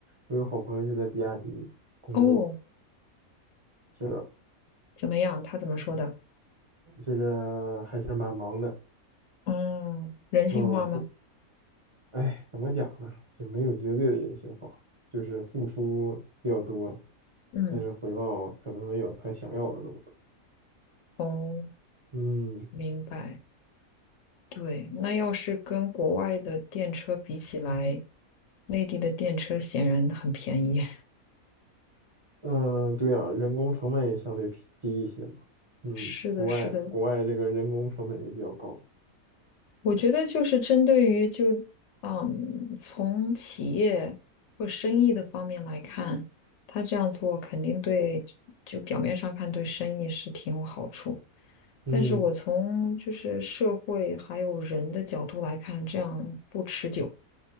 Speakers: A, on the right; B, on the left.
A: 我有好朋友就在比亚迪工作，
B: 哦，
A: 是的，
B: 怎么样？他怎么说的？
A: 就是还是蛮忙的，
B: 嗯，人性化吗？
A: 嗯，付，哎，怎么讲呢？就没有绝对的人性化，就是付出比较多，
B: 嗯，
A: 但是回报可能没有他想要的那么多。
B: 哦，
A: 嗯
B: 明白。对，那要是跟国外的电车比起来，内地的电车显然很便宜。
A: 嗯，呃对呀，人工成本也相对低低一些嘛。
B: <laughs>
A: 嗯，
B: 是的，
A: 国外国外这个人工成本也比较高。
B: 是的，我觉得就是针对于就嗯，从企业或生意的方面来看，他这样做肯定对，就表面上看对生意是挺有好处，
A: 嗯，
B: 但是我从就是社会还有人的角度来看，这样不持久。